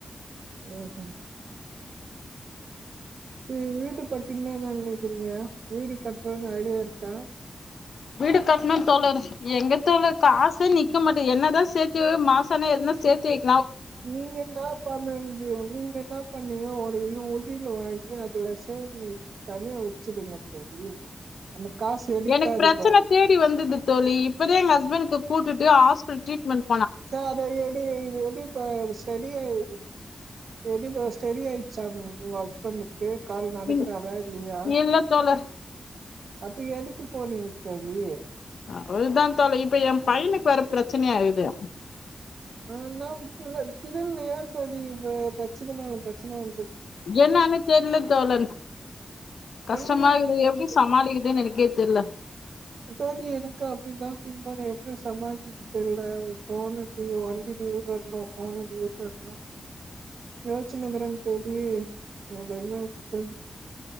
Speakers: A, on the right (about 80°); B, on the left (about 85°).
A: ஓஹ சரி வீடு பத்தியின்னா நினைக்கிறீங்க வீடு கட்டுறது ஐடியா இருக்கா
B: வீடு கட்டண தோலர் எங்கத் தோலர் காசு நிக்கமாட்டேகு என்னதா சேர்த்து மாசம்னா எதுனா சேர்த்து வைக்
A: நீங்க என்ன பண்னனிங்க நீங்க என்ன பண்ணீங்க ஒரு உண்டில் வாங்கி அதுல சேமிச்சு தனியா வச்சுடுங்க தோல்லி அந்த காசு எடுக்காதீங்க
B: எனக்கு பிரச்சன தேடி வந்தது தோழி இப்பதா எங்க ஹஸ்பெண்ட் க்கு கூட்டுட்டு ஹாஸ்பிடல் டிரிட்மெண்ட்
A: சேர் அது எடி இது எடிப்பா செடியார் ஏபடிமா ஸ்டெடி ஆயடுச்சா உங்க ஹஸ்பண்டுக்கு கே கால் நடக்கறறா
B: இல்
A: இல்லையா
B: இல்ல தோழர்
A: அப்ப எதுக்கு போனிங்க தோழி
B: அவள்தா தோலி இப்ப எ பையனுக்கு வேற பிரச்சனையாகிது
A: ஆஹ் நான் த ஏன் <unintelligible> பச்சினம்ம பிரச்சனய்
B: என்னன்னு தெரியல தோழர் கஷ்டமா
A: ஒண்ணுமே
B: இக்குது
A: புரியல
B: எப்படி சமாளிக்குதுன்னு எனக்கே தெல்ல
A: தேழி எனக்கு அப்படி தா திம்ப எப்பும் சமாளதிக்கு தெரியல ஃபோன் டியூ வண்டு டியூ கட்ணு போனு டியூ கட்ணு யோச்சினுகிரன் தோழி என பயமா இருக்க தோழி